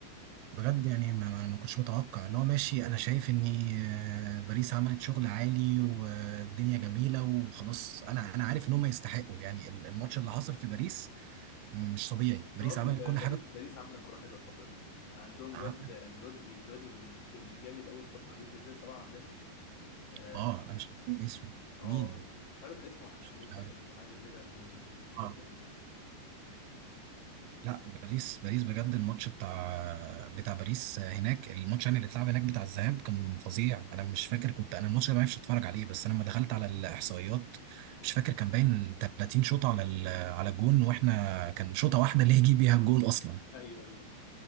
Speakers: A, on the right (about 85°); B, on the left (about 75°).
A: بجد يعني ما ما- ما كنتش متوقع اللي هو ماشي انا شايف ان آه، باريس عملت شغل عالي والدنيا جميله وخلاص انا انا عارف ان هم يستحقوا يعني ال- الماتش اللي حصل في باريس مش طبيعي باريس
B: برضه
A: عملت
B: باريس
A: كل حاجه
B: باريس عامله كوره حلوه الفتره دي عندهم
A: عم-
B: الواد الواد الج- الواد اللي اللي مجامد اول فتره دي اللي زي صلاح عندنا آه،
A: اه انا مش عارف اسمه
B: اه
A: مين
B: مش عارف اسمه خميس
A: مش عارف
B: ولا اسمه حاجه كده بيقول لي مش فاكر
A: آه.
B: إيه.
A: لا باريس باريس بجد الماتش بتاع بتاع باريس هناك الماتش يعني اللي اتلعب هناك بتاع الذهاب كان فظيع انا مش فاكر كنت انا الماتش ده ما عرفتش اتفرج عليه بس انا لما دخلت على الاحصائيات مش فاكر كان باين 30 شوطه على ال- على الجون واحنا كان شوطه واحده اللي يجي بيها الجون اصلا
B: ايوه ايوه